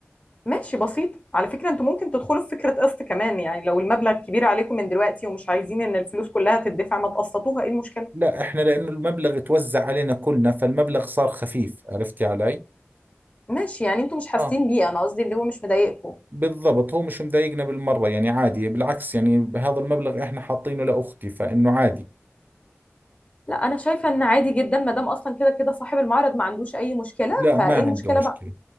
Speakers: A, on the left; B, on the right.
A: ماشي بسيط على فكرة انتوا ممكن تدخلوا في فكرة قسط كمان يعني لو المبلغ كبير عليكم من دلوقتي ومش عايزين ان الفلوس كلها تدفع ما تقسطوها ايه المشكلة
B: لا احنا لانه المبلغ توزع علينا كلنا فالمبلغ صار خفيف عرفتي علي
A: ماشي يعني انتوا مش حاسين
B: اه
A: بيه انا قصدي اللي هو مش مضايقكم
B: بالضبط هو مش مضايقنا بالمرة يعني عادي بالعكس يعني هذا المبلغ احنا حاطينه لاختي فانه عادي
A: لا انا شايفه ان عادي جدا ما دام اصلا كده كده صاحب المعرض ما عندوش اي مشكله
B: لا
A: فايه
B: ما عنده
A: المشكله
B: مشكلة
A: بقى